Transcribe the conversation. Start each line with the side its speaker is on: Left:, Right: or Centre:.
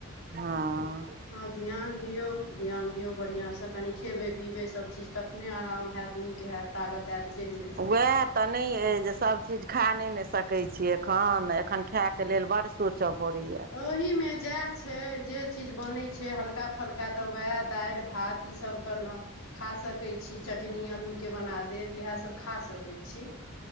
Right: हँ
Left: हँ ध्यान दियौ ध्यान दियौ बढ़िआँसँ कनि खेबै पिबै सब चीज तख। नेै आराम हेएत नीक हेएत तागत। आयत देहमे
Right: वैह तऽ नहि अछि जे सभ चीज खा नहि ने सकैत छी एखन, एखन खायके लेल बड सोचऽ पड़ैये।
Left: ओहि मे जएह छै जे चीज बनै छै हल्का फल्का तऽ वएह दैल, भात ईसब तऽ न खा सकै छी चटनी अलूके बना देत। इहे सब खा सकै छी,